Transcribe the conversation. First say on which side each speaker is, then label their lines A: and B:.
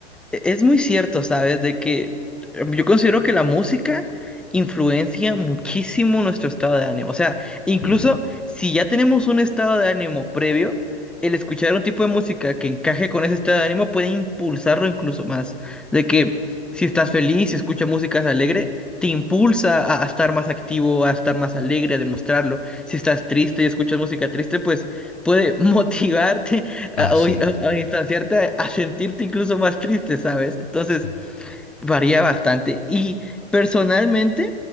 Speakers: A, in the centre; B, on the left.
A: E- Es muy cierto, ¿sabes? De que eh, yo considero que la música influencia muchísimo nuestro estado de ánimo. O sea, incluso
B: Sí,
A: si ya tenemos un estado de ánimo previo, el escuchar un tipo de música que encaje con ese estado de ánimo puede impulsarlo incluso más. De que si estás feliz, si escuchas música alegre, te impulsa a, a estar más activo, a estar más alegre, a demostrarlo. Si estás triste y escuchas música triste, pues puede <laughs> motivarte
B: así
A: a, un-
B: es.
A: a- a distanciarte, a sentirte incluso más triste, ¿sabes? Entonces,
B: sí.
A: varía bastante. Y personalmente,